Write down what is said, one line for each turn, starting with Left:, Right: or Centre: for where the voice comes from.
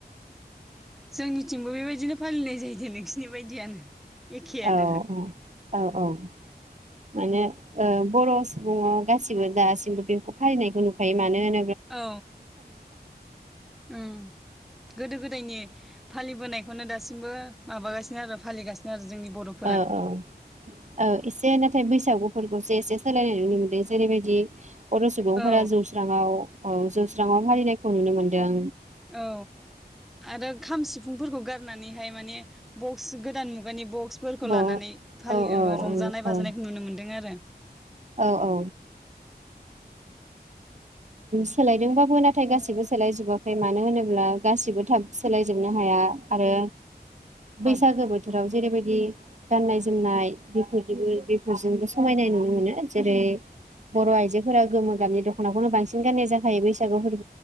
Centre: जोंनिथिंबो बेबायदिनो फालिनाय जाहैदों नोंसिनि बायदियानो एखेयानो
Right: औ औ औ माने ओ बर' सुबुंआव गासिबो दासिमबो बेखौ फालिनायखौ नुखायो मानो होन
Centre: औ उम गोदो गोदायनि फालिबोनायखौनो दासिमबो माबागासिनो आरो फालिगासिनो आरो जोंनि बर'फोरा
Right: औ औ औ एसे बैसागुफोरखौसो एसे सोलायनाय नुनो मोनदों जेरैबायदि बर' सुबुंफोरा
Centre: औ
Right: जौस्राङाव अ जौ स्रााङाव फालिनायखौ नुनो मोन्दों
Centre: औ आरो खाम सिफुंफोरखौ गारनानैहाय माने बक्स गोदान मुगानि बक स फोरफोरखौ
Right: ब औ
Centre: लानानै फालि
Right: औ
Centre: रंजानाय
Right: औ औ
Centre: बाजानायखौ नुनो मोन्दों आरो
Right: औ औ सोलायदोंबाबो नाथाय गासिबो सोलायजोबाखै मानो होनोब्ला गासिबो थाब सोलायजोबनो हाया आरो बैसागो
Centre: औ
Right: बोथोराव जेरैबायदि बिदि गाननाय जोमनाय बेफोरबो बेफोरजोंबो समायनाय नुनो मोनो जेरै बर' आइजोफोरा गोमो गामनि दख'नाखौनो बांसिन गाननाय जाखायो बैसागु फोर